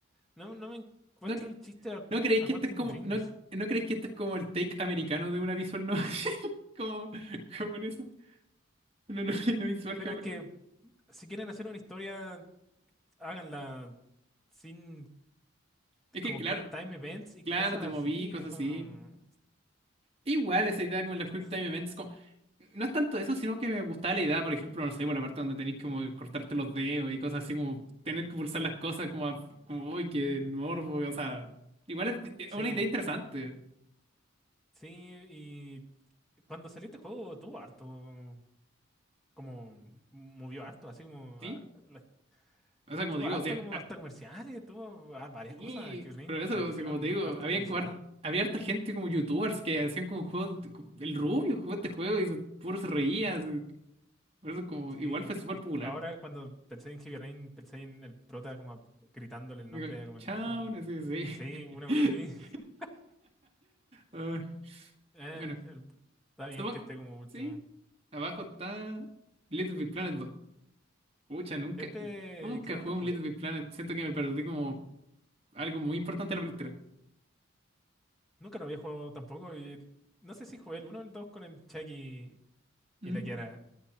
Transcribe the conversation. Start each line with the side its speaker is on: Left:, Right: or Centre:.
Centre: no, no me encuentro
Right: no, cre-
Centre: el chiste a,
Right: no creéis
Centre: a
Right: que
Centre: Quantum
Right: este es como,
Centre: Dreams.
Right: no, no creéis que este es como el take americano de una visual novel, <laughs> como japonesa, una novela <laughs> visual
Centre: Pero
Right: japonesa.
Centre: es que si quieren hacer una historia, háganla sin
Right: Es
Centre: como
Right: que claro,
Centre: quick time events y
Right: claro,
Centre: cosas
Right: te moví,
Centre: así.
Right: cosas
Centre: Es como...
Right: así. Igual esa
Centre: eh,
Right: idea como
Centre: c-
Right: en los quicktime
Centre: c-
Right: time events, como- no es tanto eso, sino que me gustaba la idea, por ejemplo, no sé, por la parte donde tenéis como cortarte los dedos y cosas así, como tener que pulsar las cosas como, a- como uy, qué morbo, o sea, igual es es
Centre: Sí,
Right: una idea interesante,
Centre: sí. Y cuando salió este juego tuvo harto... Como movió harto, así como
Right: ¿sí?
Centre: ah, la-
Right: O sea, como
Centre: tuvo
Right: te digo,
Centre: harto
Right: o sea,
Centre: como
Right: a-
Centre: hasta comerciales, tuvo ah, varias
Right: y-
Centre: cosas que Ring
Right: pero eso,
Centre: le pusieron
Right: o sea, como te digo,
Centre: harta
Right: había,
Centre: publicidad.
Right: como har- había harta gente como youtubers que hacían como juegos, el Rubio jugó este juego y se- puro se reía, por eso como,
Centre: Sí,
Right: igual fue súper
Centre: eh,
Right: popular.
Centre: ahora cuando pensé en Heavy Rain, pensé en el prota como gritándole el
Right: Digo,
Centre: nombre como
Right: chao,
Centre: el hijo.
Right: no sé sí
Centre: Sí, una
Right: <laughs>
Centre: cosa así. <laughs>
Right: Ah,
Centre: Eh,
Right: Bueno,
Centre: el- está bien
Right: supongo-
Centre: que esté como último.
Right: sí, abajo está Little Big Planet dos Pucha, nunca,
Centre: Este,
Right: nunca
Centre: creo
Right: jugué
Centre: que lo jugué.
Right: un Little Big Planet. Siento que me perdí como algo muy importante
Centre: N-
Right: de la Play 3.
Centre: Nunca lo había jugado tampoco. y el- no sé si jugué el uno o el 2 con el Chucky
Right: ¿Mm?
Centre: y la Kiara.